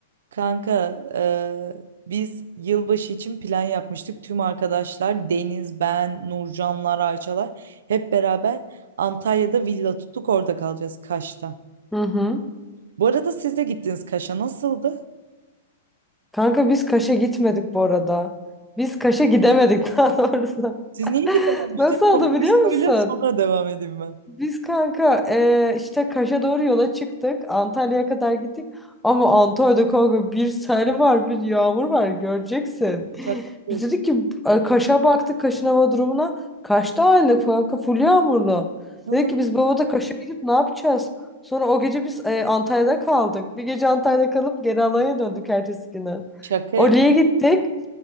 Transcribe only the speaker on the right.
Kanka e, biz yılbaşı için plan yapmıştık. Tüm arkadaşlar Deniz, ben, Nurcanlar, Ayçalar hep beraber Antalya'da villa tuttuk orada kalacağız Kaş'ta.
Bu arada siz de gittiniz Kaş'a nasıldı?
Siz niye ki
dememiştiniz?
Onu
bir
söyle sonra devam edeyim ben.
Şaka yapıyorsun.
Onu
şaka
yap-